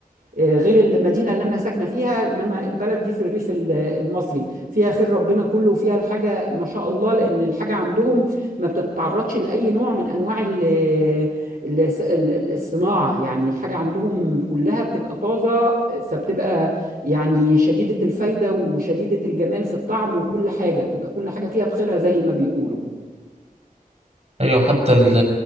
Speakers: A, on the right; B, on the right.
A: آه، غير المدينه اللي انا ساكنه فيها انما البلد دي في الريف ال- المصري فيها خير ربنا كله وفيها الحاجه ما شاء الله لان الحاجه عندهم ما بتتعرضش لاي نوع من انواع ال- ال- ال- الصناعه يعني الحاجه عندهم كلها بتبقى طازه فبتبقى يعني شديده الفايده وشديده الجمال في الطعم وكل حاجه بتبقى كل حاجه فيها بخيرها زي ما بيقولوا
B: أيوة حتى ال-